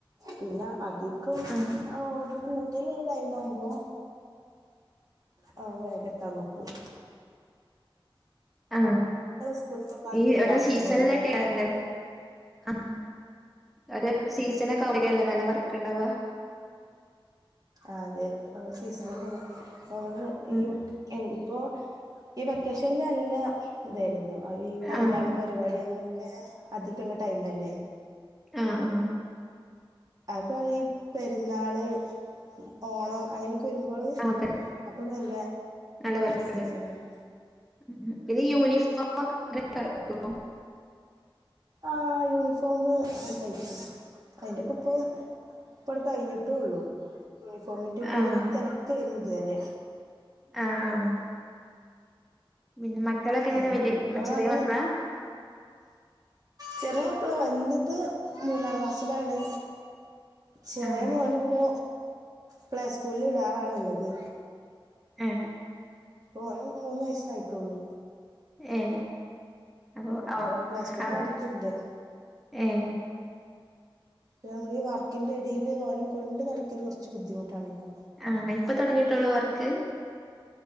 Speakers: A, on the right (about 40°); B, in the centre.
A: പിന്നെ അധികം
B: ആഹ്
A: ഒരു കൂ തലുള്ള ടൈം ആവുമ്പോ ആ വേഗം എത്താ നോക്കൂം
B: ആ
A: സ്കൂളിലേക്കൊക്കെ ആക്കിയിട്ട്
B: ഈ ഒരോ
A: ആക്കും
B: സീസണില്ലക്ക
A: പോലെ
B: ആണല്ലേ ആ ഒരു സീസൺ ഒക്കെല്ലേ നല്ല വർക്ക് ഉണ്ടാവാ
A: അതെ സീസണിലാണ് അ നമ്മള്
B: ഉം
A: ഈ ഇപ്പൊ ഈ വെക്കേഷനില് നല്ല ഇതായിരുന്നു ഈ കല്യാണം
B: ആഹ്
A: പരിപാടി അങ്ങനെയൊക്കെ അധികമുള്ള ടൈമല്ലേ
B: ആ ആ
A: അതുപോലെ ഈ പെരുന്നാള് ഓണം അങ്ങനെ ഒക്കെ വരുമ്പോള്
B: അതെ
A: അപ്പോൾ നല്ല
B: നല്ല വർക്കുണ്ട്
A: സീസണാണ്
B: ഉം പിന്നെ യൂണിഫോം ഒകെ അങ്ങന കിട്ടോ
A: ആ യൂണിഫോമ് തൈകും അതിന്റെക്കൊപ്പം ഇപ്പടെ കഴിഞ്ഞിട്ടേള്ളു യൂണിഫോമിന്റെ ഒക്കെ
B: ആഹ്
A: ഒരു തിരക്കായിരുന്നു ഇതുവരെ
B: ആഹ് ആഹ് പിന്നെ മക്കളൊക്കെ എങ്ങനെ
A: ആ
B: വലിയ
A: ഇപ്പോഴാണ്
B: ചെറിയ മക്കളാ
A: ചെറിയ മക്കള് വലത് മൂന്നാം ക്ലാസ്സിലാണ് ചെറിയ
B: ആഹ്
A: മോൻ ഇപ്പോ പ്ലേ സ്കൂളില് വിടാറാണ് ഇള്ളത്
B: ഏ
A: ഓന് മൂന്ന് വയസായിട്ടുള്ളു
B: ഏ അപ്പൊ
A: ഇവിടെ പ്ലേ സ്കൂൾ
B: അവനെ
A: ഇവിടെ അടുത്തുണ്ട്
B: ഏ
A: നമ്മളി ഈ വർക്കിന്റെ ഇടയിൽ ഓനേം കൊണ്ട് നടക്കൽ കുറച്ചു ബുദ്ധിമുട്ടാണല്ലോ
B: ആ ഇപ്പൊ തുടങ്ങിട്ടോളൂ വർക്ക്